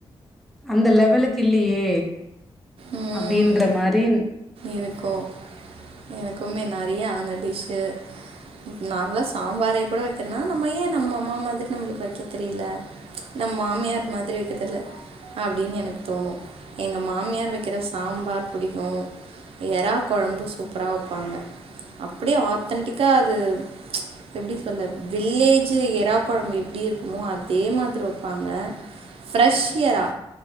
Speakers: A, in the centre; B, on the right.
A: அந்த லெவலுக்கு இல்லேயே
B: ம்
A: அப்டின்ற மாரின்
B: இருக்கு எனக்குமே நெறையா அந்த டிஷ்சு நார்மலா சாம்பாரே கூட வக்கன்னா நம்ம ஏன் நம்ம அம்மா மாதிரி நம்மளுக்கு வைக்க தெரியல நம் மாமியார் மாதிரி வக்கத் தெர்ல அப்டின்னு எனக்கு தோணூ எங்க மாமியார் வக்கிற சாம்பார் பிடிக்கு எரா கொழம்பு சூப்பரா வப்பாங்க அப்டியே ஆத்தன்டிக்கா அது எப்டி சொல்ல வில்லேஜ் எரா கொழம்பு எப்டி இருக்குமோ அதே மாதிரி வப்பாங்க ஃப்ரெஷ் எரா